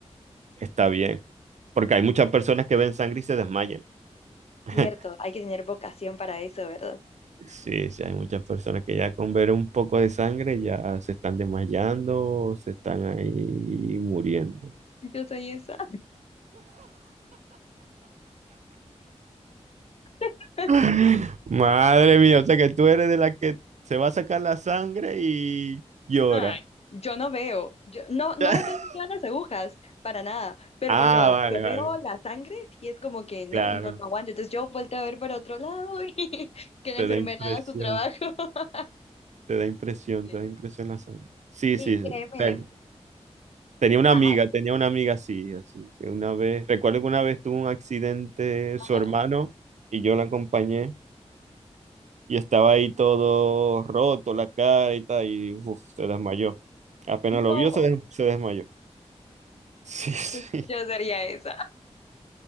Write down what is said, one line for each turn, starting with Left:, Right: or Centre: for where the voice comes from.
Right: está bien. Porque hay muchas personas que ven sangre y se desmayan. <laughs>
Left: Cierto, hay que tener vocación para eso, ¿verdad?
Right: Sí, sí, hay muchas personas que
Left: Sí.
Right: ya con ver un poco de sangre ya se están desmayando, se están ahí muriendo.
Left: Yo soy esa. <laughs>
Right: <laughs> Madre mía, o sea que tú eres de la que se va a sacar la sangre y llora.
Left: Ay, yo no veo, yo no, no
Right: <laughs>
Left: le tengo miedo a las agujas, para nada, pero
Right: Ah,
Left: cuando
Right: vale,
Left: yo veo
Right: vale,
Left: la sangre, sí es como que no,
Right: claro.
Left: no, no aguanto, entonces yo vuelto a ver para otro lado <laughs> y que la
Right: Te
Left: enfermera
Right: da impresión,
Left: haga su trabajo. <laughs>
Right: te da impresión,
Left: Sí.
Right: te da impresión la sangre. Sí,
Left: Y
Right: sí, sí.
Left: créeme,
Right: Te, Tenía una
Left: ajá,
Right: amiga, tenía una amiga así, así. que Una vez, recuerdo que una vez tuvo un accidente
Left: ajá,
Right: su hermano y yo la acompañé y estaba ahí todo roto, la cara y tal, y uf, se
Left: mm,
Right: desmayó. Apenas
Left: no,
Right: lo vio, se, des- se desmayó. Sí, sí,
Left: pues
Right: <laughs>
Left: yo sería esa.